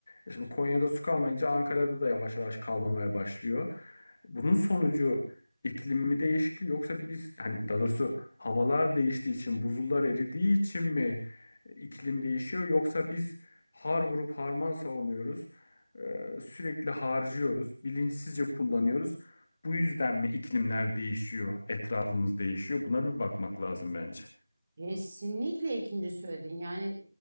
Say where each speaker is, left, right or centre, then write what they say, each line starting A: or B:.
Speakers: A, on the left; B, on the right.
A: E şimdi Konya'da su kalmayınca Ankara'da da yavaş yavaş kalmamaya başlıyor. Bunun sonucu iklim mi değişikliği yoksa biz hani daha doğrusu havalar değiştiği için buzullar eridiği için mi iklim değişiyor. Yoksa biz har vurup harman savunuyoruz. Ee, Sürekli harcıyoruz. Bilinçsizce kullanıyoruz. Bu yüzden mi iklimler değişiyor, etrafımız değişiyor? Buna bir bakmak lazım bence.
B: Kesinlikle ikinci söyledin. Yani